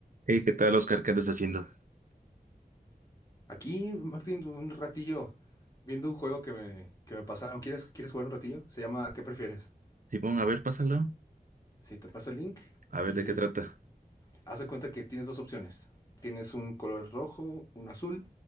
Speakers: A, on the right; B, on the left.
A: Hey, ¿qué tal, Oscar? ¿Qué andas haciendo?
B: Aquí, Martín, un ratillo viendo un juego que me, que me pasaron. ¿Quieres, quieres jugar un ratillo? Se llama ¿Qué prefieres?
A: Simón, a ver, pásalo.
B: Si te paso el link
A: A ver
B: y
A: de qué trata.
B: haz de cuenta que tienes dos opciones. Tienes un color rojo, un azul,